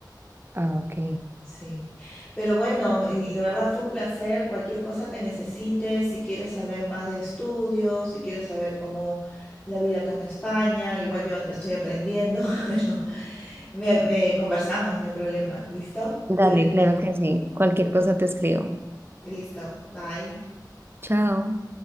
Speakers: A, on the right; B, on the left.
A: Ah, ok.
B: Sí. Pero bueno, l- la verdad fue un placer. Cualquier cosa que necesites, si quieres saber más de estudios, si quieres saber cómo la vida acá en España, igual yo estoy aprendiendo, <laughs> pero me, me conversamos, no hay problema. ¿Listo?
A: Dale,
B: Cuídate.
A: claro que sí. Cualquier cosa te escribo.
B: Listo. Bye.
A: Chao.